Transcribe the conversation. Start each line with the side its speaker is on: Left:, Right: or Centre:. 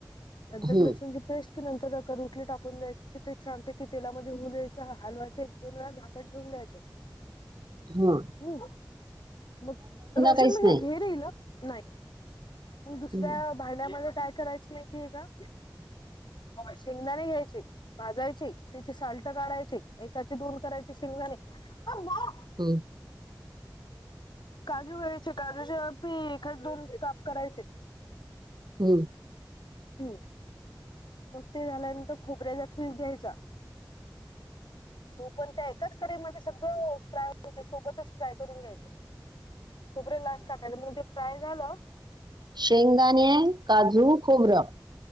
Left: अर्धा
Right: हम्म
Left: लसणाची पेस्ट की नंतर रुटली टाकून द्याय? ते छान तेलामध्ये होऊ द्यायचं. हलवायचं एक-दोन वेळा, झाकण ठेवून द्यायचं.
Right: हा.
Left: हं, मग रोशन
Right: काहीच
Left: म्हणतो,
Right: नाही.
Left: हे घे रे, ह्याला नाही? मग दुसऱ्या
Right: हम्म
Left: भांड्यामध्ये काय करायचं, माहितीय का? शेंगदाणे घ्यायचे, भाजायचे, त्याची सॉल्ट काढायची. त्याचे दोन करायचे, शिकणे तर मग.
Right: हम.
Left: काजू घ्यायचे, काजूचे एक-दोन काप करायचे.
Right: हम्म.
Left: हम्म, मग ते झाल्यानंतर खोबऱ्याचा खीस घ्यायचा. तू पण त्या एकाच कढईमध्ये सगळं फ्राय हो, सोबतच फ्राय करून घ्यायचं. खोबरे लास्ट टाकायचं, मग ते फ्राय झालं.
Right: शेंगदाणे, काजू, खोबरं.